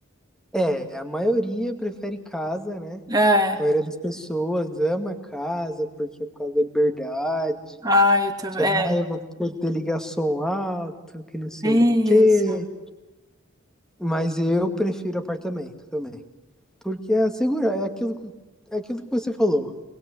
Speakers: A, in the centre; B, on the right (about 20°).
A: É, a maioria prefere casa, né?
B: É.
A: A maioria das pessoas ama casa porque é por causa da liberdade.
B: Ah, eu também.
A: Que, ah, eu
B: É.
A: vou poder ligar som alto, que não sei
B: Isso.
A: o quê. Mas eu prefiro apartamento também. Porque é segurança, é aquilo, que- é aquilo que você falou.